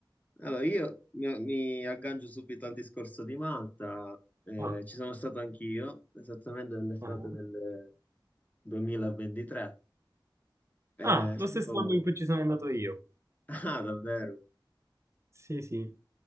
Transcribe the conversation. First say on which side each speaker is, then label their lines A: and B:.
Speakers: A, on the left; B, on the right.
A: Allora, io mi, mi aggancio subito al discorso di Malta. Eh,
B: Ah,
A: ci sono stato anch'io, esattamente nell'estate
B: ah.
A: del 2023. È
B: Ah, lo
A: stato...
B: stesso anno in cui ci sono andato io.
A: <laughs> Ah, davvero?
B: Sì, sì.